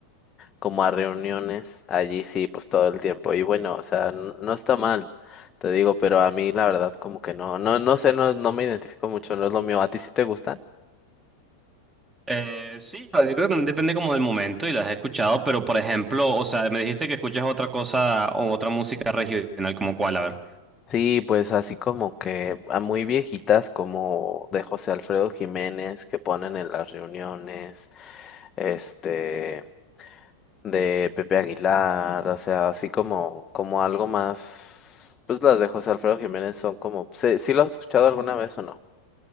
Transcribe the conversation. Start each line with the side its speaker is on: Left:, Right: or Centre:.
Left: como a reuniones allí sí, pues todo el tiempo. Y bueno, o sea, n- no está mal, te digo, pero a mí la verdad como que no, no, no sé, no, no me identifico mucho, no es lo mío. ¿A ti sí te gustan?
Right: Eh, sí, yo creo que también depende como del momento y las he escuchado, pero por ejemplo, o sea, me dijiste que escuchas otra cosa o otra música regional, como cuál, a ver.
Left: Sí, pues así como que a muy viejitas como de José Alfredo Jiménez que ponen en las reuniones, este, de Pepe Aguilar, o sea, así como, como algo más, pues las de José Alfredo Jiménez son como, ¿sí, sí lo has escuchado alguna vez o no?